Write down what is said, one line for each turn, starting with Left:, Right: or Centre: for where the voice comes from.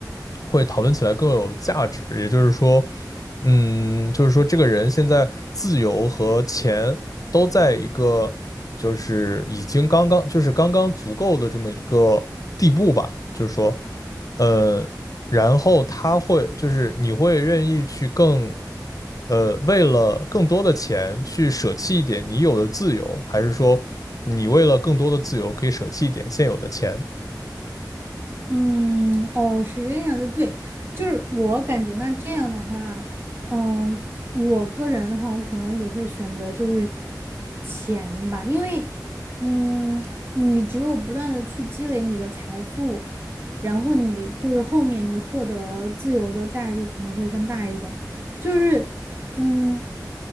Left: 会讨论起来更有价值。也就是说，嗯，就是说这个人现在自由和钱都在一个就是已经刚刚就是刚刚足够的这么一个地步吧，就是说。呃，然后他会就是你会愿意去更呃，为了更多的钱去舍弃一点你有的自由，还是说你为了更多的自由可以舍弃一点现有的钱？
Right: 嗯，哦，是这样的，对，就是我感觉那这样的话，嗯，我个人的话，我可能也会选择就是钱吧，因为，嗯，你只有不断的去积累你的财富，然后你就是后面你获得自由的概率可能会更大一点儿，就是，嗯，